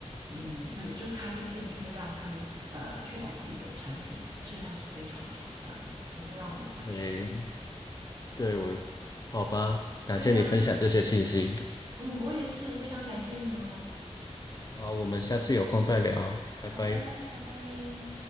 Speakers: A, on the right; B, on the left.
A: 嗯，所以就是咖啡店就会让他们呃确保自己的产品质量是非常好，这样子能够让我们享受。
B: 诶，对我，好吧，感谢你分享这些信息。
A: 对呀，谢谢你。嗯，我也是，非常感谢你哦。
B: 好，我们下次有空再聊，拜拜。
A: 好的，拜拜。